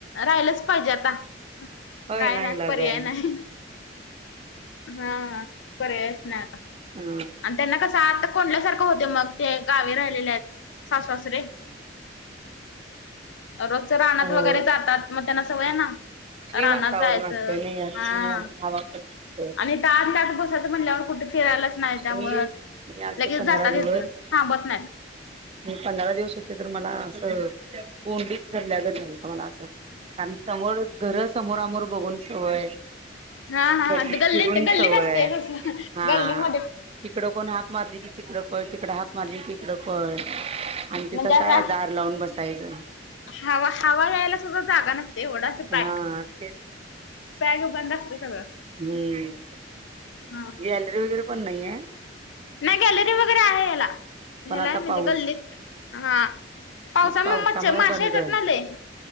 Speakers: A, on the left; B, on the right.
A: राहिलंच पाहिजे आता.
B: होय
A: काय
B: नाईलाज
A: नाही, पर्याय
B: आहे
A: नाही, हा पर्यायच नाही आता.
B: हा..
A: आणि त्यांना कसं आत कोंडल्यासारखं होतंय मग ते गावी राहिलेले आहेत सासू-सासरे.
B: <inaudible>
A: रोजचं रानात
B: हो
A: वगैरे जातात मग त्यांना सवय हाय ना.
B: फ्री
A: रानात
B: वातावरण
A: जायचं
B: असतयं नाही आणि
A: हा
B: हवा पण तिथं
A: आणि इथं आतल्या आत बसायचं म्हटल्यावर कुठं फिरायला नाही त्यामुळं
B: मी मी आलते
A: लगेच
B: पंधरा
A: जाता बी
B: दिवस
A: येत नाही, थांबत नाहीत.
B: पंधरा दिवस होते तर मला असं कोंडीत धरल्यागत झालंतं मला असं. कारण समोर घर समोर आमोर बघून सवय,
A: हा हा
B: कधी
A: हा गल्लीत
B: फिरून
A: गल्लीत
B: सवय,
A: असते तसं
B: हां...
A: गल्लीमध्ये
B: तिकडं कोण हाक मारली की तिकडं पळ, तिकडं हाक मारली की हिकडं पळ आणि तिथं
A: म्हणजे असा
B: काय दार लावून बसायचं.
A: हवा, हवा यायला सुद्धा जागा नसते एवढं असं
B: हा
A: पॅक.
B: तेच
A: पॅग बंद असतंय सगळं.
B: हं...
A: हा. हा
B: गॅलरी वगैरे पण नाहीये.?
A: नाही गॅलरी वगैरे आहे ह्याला,
B: पण
A: ह्यालाय
B: आता
A: म्हणजे
B: पाऊस
A: गल्लीत हा पावसामुळं
B: पावसामुळे
A: मच्छ माशा
B: बंद
A: येतात ना लई.